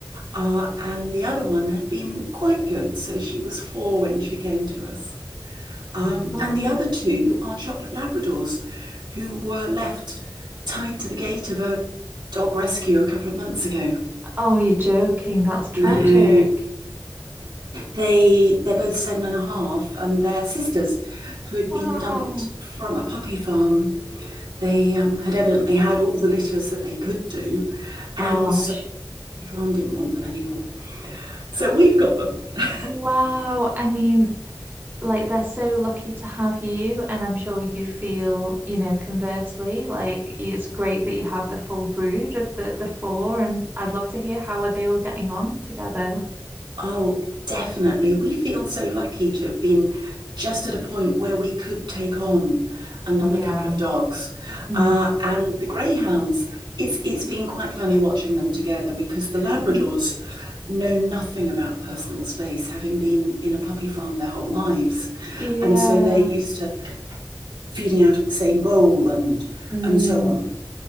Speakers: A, on the right; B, on the right.
A: Uh, and the other one had been quite good. So she was four when she came to us. Um,
B: wow.
A: and the other two are chocolate Labradors who were left tied to the gate of a dog rescue a couple of months ago.
B: Oh, you're joking. That's tragic.
A: Mm. They they're both seven and a half, and a half, and they're sisters, who had
B: Wow.
A: been dumped from a puppy farm. They um, had evidently had all the litters that they could do,
B: Gosh.
A: and so the farm didn't want them anymore. So we've got them. <laughs>
B: Wow. I mean, like they're so lucky to have you, and I'm sure you feel, you know, conversely, like it's great that you have the full brood of the the four, and I'd love to hear how are they all getting on together.
A: Oh, definitely. We feel so lucky to have been just at a point where we could take on another
B: Yeah.
A: couple of dogs.
B: Mm.
A: Uh, and the greyhounds, it's it's been quite funny watching them together because the
B: <laughs>
A: Labradors know nothing about personal space, having been in a puppy farm their whole lives.
B: Yeah.
A: And so they're used to feeding out of the same bowl and
B: Mm.
A: and so on.